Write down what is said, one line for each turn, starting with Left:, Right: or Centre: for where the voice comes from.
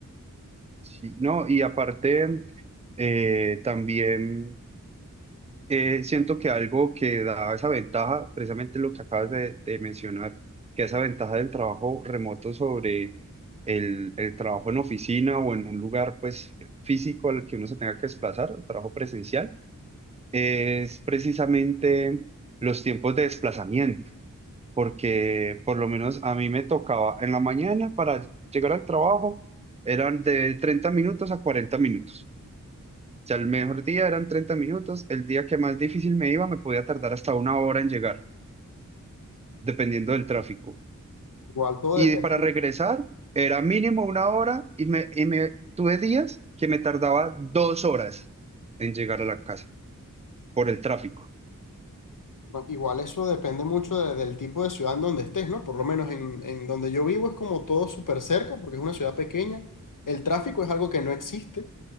Right: sí, ¿no? Y aparte, eh, también eh, siento que algo que da esa ventaja, precisamente lo que acabas de, de mencionar, que esa ventaja del trabajo remoto sobre el, el trabajo en oficina o en un lugar pues físico al que uno se tenga que desplazar, el trabajo presencial, es precisamente los tiempos de desplazamiento porque por lo menos a mí me tocaba en la mañana para llegar al trabajo, eran de 30 minutos a 40 minutos. O sea, el mejor día eran 30 minutos, el día que más difícil me iba me podía tardar hasta una hora en llegar, dependiendo del tráfico.
Left: Igual todo
Right: Y
Left: depende
Right: para regresar era mínimo una hora y me, y me tuve días que me tardaba dos horas en llegar a la casa por el tráfico.
Left: No, Igual eso depende mucho de- del tipo de ciudad en donde estés, ¿no? Por lo menos en, en donde yo vivo es como todo súper cerca, porque es una ciudad pequeña. El tráfico es algo que no existe.